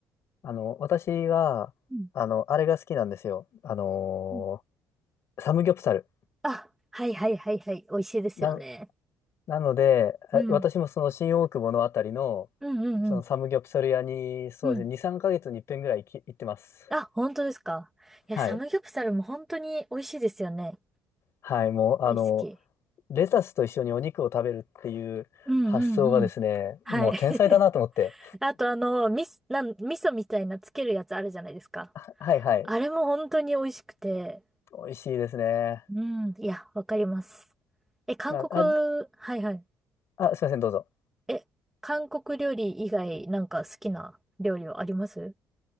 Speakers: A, on the left (about 45°); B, in the centre.
A: あの、私は、
B: うん
A: あの、あれが好きなんですよ。あの
B: うん
A: ーサムギョプサル。
B: あ、はいはいはいはい。美味しいですよね。
A: な、なので、あ私もその新大久保のあたりの、
B: うん。うんうんうん。
A: そのサムギョプサル屋に、そうですね、
B: うん。
A: 2、3ヶ月に一遍ぐらい行き、行ってます。
B: あ、本当ですか。いや、
A: はい。
B: サムギョプサルも本当に美味しいですよね。
A: はい、もう、あの、
B: 大好き。
A: レタスと一緒にお肉を食べるっていう発想がですね、
B: うんうんうん。はい。
A: もう天才だなと思って。
B: <laughs> あとあの、みす、なん、味噌みたいなつけるやつあるじゃないですか。
A: はいはい。
B: あれも本当に美味しくて。
A: 美味しいですね。
B: うん。いや、わかります。え、韓国、
A: なあ、
B: はいはい。
A: あ、すいません、どうぞ。
B: え、韓国料理以外なんか好きな料理はあります